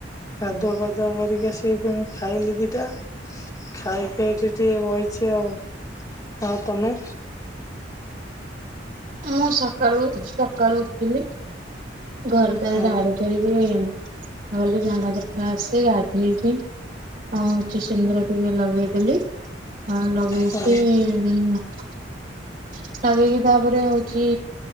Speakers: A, on the left; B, on the right.
A: ଆାଧୁଆ ପାଦୁଆ କରିକି ଆସିକି ପୁଣି ଖାଇଲି ଦିଟା। ଖାଇକି ଏଠି ଟିକେ ବଇଚି ଆଉ। ଆଉ ତମେ?
B: ମୁଁ ସକାଳୁ ସକାଳୁ ଉଠିଲି ଘର ଦ୍ୱାର
A: ହୁଁ
B: ଝାଡୁ କରିବି। ଗଲି ଝାଡ଼ା ଜାପାଡ ଆସି ଗାଧେଇକି ହଉଛି ସୁନ୍ଦର ଟିକେ ଲଗେଇଦେଲି, ଆଉ ବେଶୀ
A: ହୁଁ
B: ଲଗେଇକି ତାପରେ ହଉ ଏଠି